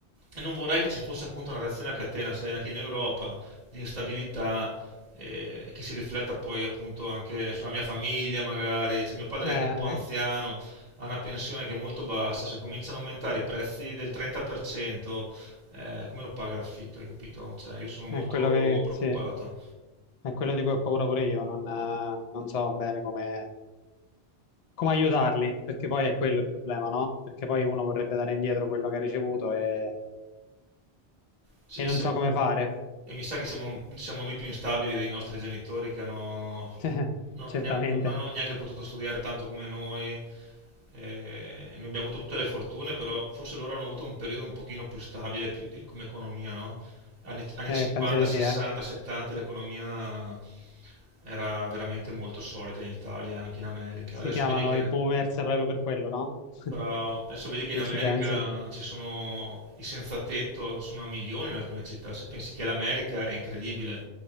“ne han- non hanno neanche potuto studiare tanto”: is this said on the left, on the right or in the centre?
Right